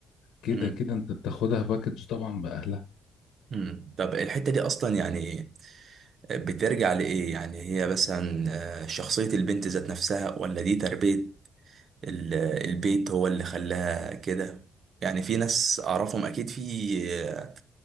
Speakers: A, on the left (about 80°); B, on the right (about 55°).
A: كده
B: امم
A: كده أنت بتاخدها باكج طبعا بأهلها
B: امم طب الحته دي اصلا يعني بترجع لإيه يعني هي مثلا آه، شخصية البنت ذات نفسها ولا دي تربية ال- البيت هو اللي خلاها كده يعني في ناس أعرفهم أكيد في آه،